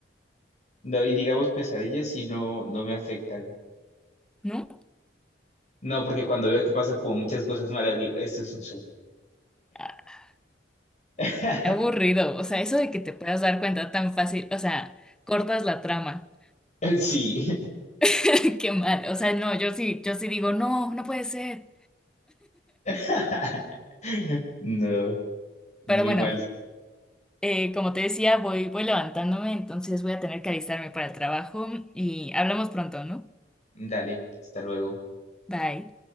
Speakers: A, on the left; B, in the centre.
A: No, y digamos pesadillas si no, no me afectan.
B: ¿no?
A: No, porque cuando veo que pasan como muchas cosas malas, digo, esto es un sueño.
B: Ah,
A: <laughs>
B: qué aburrido, o sea, eso de que te puedas dar cuenta tan fácil, o sea, cortas la trama,
A: Sí.
B: <laughs> qué mal, o sea, no, yo sí, yo sí digo, no, no puede ser.
A: <laughs> No, muy
B: Pero bueno,
A: mal.
B: eh, como te decía, voy, voy levantándome, entonces voy a tener que alistarme para el trabajo y hablamos pronto, ¿no?
A: Dale, hasta luego.
B: Bye.